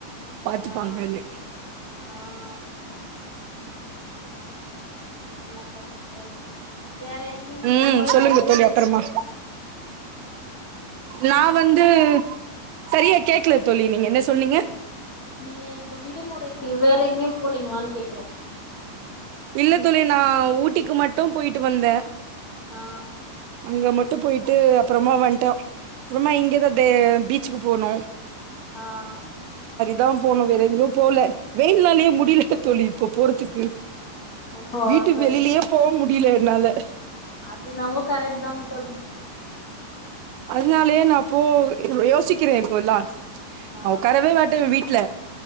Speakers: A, on the right; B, on the left.
A: பாத்துப்பாங்கனு
B: ஆ
A: <inaudible>
B: ஆ என்ன பண்ற தோழி வேற எங்கயும் நீங்க
A: ம்
B: போளீங்களா
A: சொல்லுங்க
B: தோழி
A: அப்பறமா நா வந்து செரியா கேக்கல தோழி நீங்க என்ன சொன்னீங்க
B: நீங்க இப்ப விடுமுறைக்கு வேற எங்கயு போளீங்களா கேக்குறே
A: இல்ல தோழி நா ஊட்டிக்கு மட்டு போயிட்டு வந்த
B: ஆஹ்
A: அங்க மட்டு போயிட்டு அப்புறமா வந்டோம் அப்புறமா இங்கதா பீச்சுக்கு போனோ
B: ஆஹ்
A: தா போணு வேற எங்கயு போல வெயில்னாலயே முடியல தோழி இப்ப போறதுக்கு
B: ஓஹோ
A: வீட்டு
B: சரிங்க
A: வெளியிலயே
B: சார்
A: போ முடில னால
B: அது நாவோ கரக்ட் தாங்க தோழி
A: அதனாலயே நா போ யோசிக்கிறே இப்போல்லா
B: ஆ
A: நா ஒக்காரவே மாட்டே வீட்ல